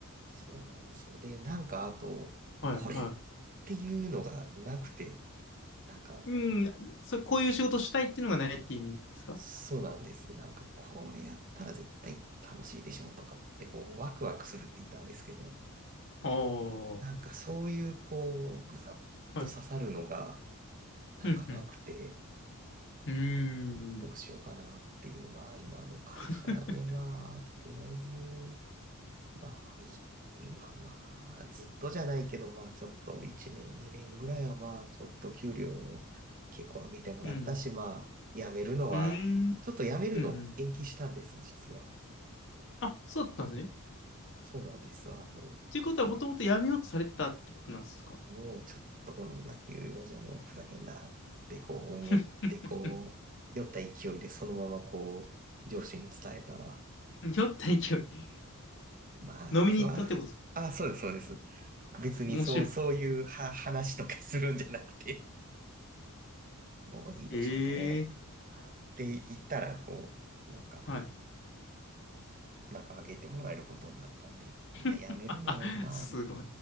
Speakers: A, on the right; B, on the left.
A: そうなんですよ。で、なんかあと、
B: はい、
A: これっていうのがなくて、
B: は
A: なんか、
B: い。うん、そ、こういう仕事したいっていうのがないって意味ですか
A: そうなんです。なんか、これやったら絶対楽しいでしょうとかって、こう、ワクワクするって言ったらあれですけど、
B: ああー、
A: なんかそういう、こう、ぐさっと刺さるのが、
B: はい。
A: なんかなくて、
B: うん、うん。うーん。
A: どうしようかなっていう、まあ、今の会社で、
B: <laughs>
A: まあ、とりあえず、まあ、い今、まあ、ずっとじゃないけど、まあ、ちょっと1年、2年ぐらいは、まあ、ちょっと給料を結構上げてもらったし、
B: うん。
A: まあ、辞めるのは、
B: うーん。
A: ちょっと辞めるの延期したんです、
B: うんうん。
A: 実は。
B: あ、そうだったんですね。
A: そうなんですわ。あの、
B: ということは、もともとやめようとされてたってことなんですか
A: もうちょっとこんな給料じゃもうふざけんなってこう思ってこう、
B: <laughs>
A: 酔った勢いでそのままこう、上司に伝えたら、
B: 酔った勢い。
A: まあ、
B: 飲みに行ったってことですか
A: どうせは、あ、そうです、そうです。別にそう、
B: 面白い。
A: そういうは話とかするんじゃなくて、もういいでしょ、
B: <laughs>
A: と。
B: ええ
A: って言ったら、こう、なんか、
B: はい。
A: なんかあげてもらえることになったんで、まあ、
B: <laughs>
A: 辞めるのを、まあ、
B: すごい。